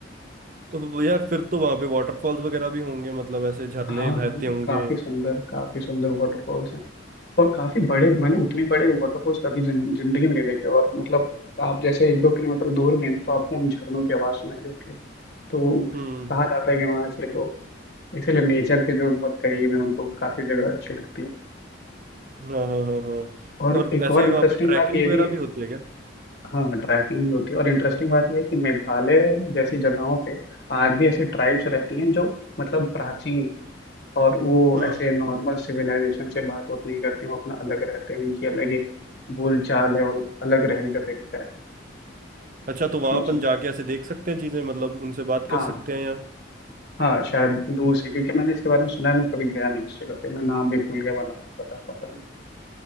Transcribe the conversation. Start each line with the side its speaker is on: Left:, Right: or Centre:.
Right: तो वो यार फिर तो वहां पे वाटरफॉल्स वगैरह भी होंगे मतलब ऐसे झरने
Left: हाँ हाँ
Right: बहते होंगे
Left: काफी सुंदर काफी सुंदर वाटरफॉल्स हैं और काफी बड़े मैंने उतने बड़े वाटरफॉल्स कभी जिन- जिंदगी में नहीं देखे और मतलब आप जैसे एक दो किलोमीटर दूर भी हैं ना तो आपको उन झरनों की आवाज सुनाई देती है तो वो
Right: हम्म
Left: कहा जाता है कि वहां से लोग इसीलिए नेचर के जो बहुत करीब है उनको काफी जगह अच्छी लगती है
Right: हाँ हाँ हाँ हाँ
Left: और
Right: और
Left: एक
Right: ऐसे
Left: और इंटरेस्टिंग
Right: वहां पे ट्रैकिंग
Left: बात ये
Right: वगैरह
Left: भी है
Right: भी होती है क्या
Left: हाँ ट्रैकिंग भी होती है और इंटरेस्टिंग बात यह है कि मेघालय जैसी जगहों पे आज भी ऐसी ट्राइब्स रहती हैं जो मतलब प्राचीन और वो
Right: हम्म
Left: ऐसे नॉर्मल सिविलाइजेशन से बात बात नहीं करती वो अपना अलग रहते हैं उनकी अलग एक बोलचाल है और अलग रहने का तरीका है
Right: अच्छा तो वहां
Left: मैं उस-
Right: अपन जाके ऐसे देख सकते हैं चीजें मतलब उनसे बात
Left: हाँ
Right: कर सकते हैं या
Left: हाँ शायद दूर से क्योंकि मैंने इसके बारे में सुना है मैं कभी गया नहीं उस जगह पे मैं नाम भी भूल गया वह नाम तो बता पाता हूँ